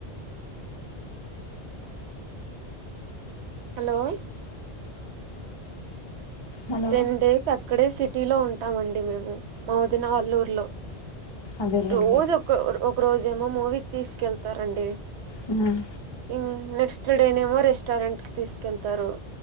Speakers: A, on the right (about 75°); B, on the left (about 35°).
A: hello
B: hello
A: ten days అక్కడే సిట్ టీ లో ఉంటామండి మేము మ వదిన వాల ఊర్లో
B: అదేలేండి
A: రోజు ఒక ఒక రోజు ఏమో మూవీకి తీసుకెళ్తారండి
B: హ్మ్
A: హ్మ్ నెక్స్ట్ డే నేమో రెస్టారెంట్ కి తీసుకెళ్తారు.